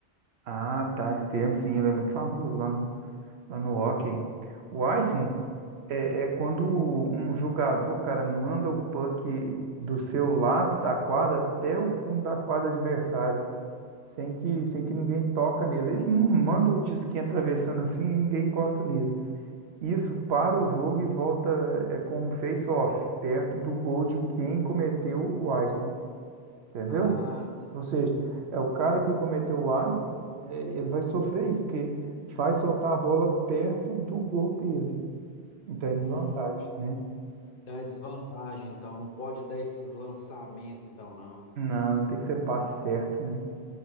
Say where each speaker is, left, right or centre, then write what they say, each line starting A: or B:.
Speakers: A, on the right (about 85°); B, on the left (about 60°).
A: Ah, tá. Esse termo, sim, ele é muito famoso lá no, lá no hockey. O icing
B: Uhum.
A: é, é quando
B: E-
A: um jogador, cara, manda o puck do seu lado da quadra até o fundo da quadra adversária, sem que, sem que ninguém toca nele. Ele não manda o disquinho atravessando assim e ninguém encosta nele. Isso para o jogo e volta é, com um face-off, perto do gol de quem cometeu o icing, entendeu?
B: Ah,
A: Ou seja, é o cara que cometeu o AIS, é, ele vai sofrer isso, porque vai soltar a bola perto do gol dele. Então é
B: Hum,
A: desvantagem, né?
B: então é desvantagem, então. Não pode dar esses lançamentos, então, não.
A: Não, tem que ser passe certo, né?